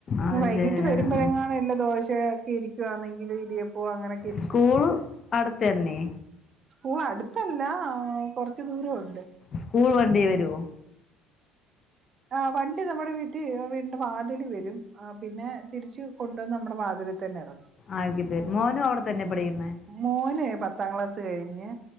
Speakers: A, on the right; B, on the left.
A: പിന്നെ
B: അത്
A: വൈകിട്ട്
B: ശരി
A: വരുമ്പൊഴെങ്ങാനും
B: ആ ആ
A: ഇല്ല ദോശേക്കേ ഇരിക്കുവാന്നെങ്കില് ഇടിയപ്പോ അങ്ങനെ
B: സ്കൂള് അടുത്തെന്നെ
A: സ്കൂൾ അടുത്തല്ല ആ കൊറച്ച് ദൂരവൊണ്ട്
B: സ്കൂൾ വണ്ടി വരുമോ
A: ആ വണ്ടി നമ്മുടെ വീട്ടി വീടിന്റെ വാതിലി വരും ആ പിന്നെ തിരിച്ചു കൊണ്ടുവന്ന് നമ്മ തന്നറ
B: ആക്കി തരും മോനും അവിടെ തന്നെ
A: ഉം
B: പഠിക്കുന്നത്
A: മോനെ പത്താം ക്ലാസ് കഴിഞ്ഞ്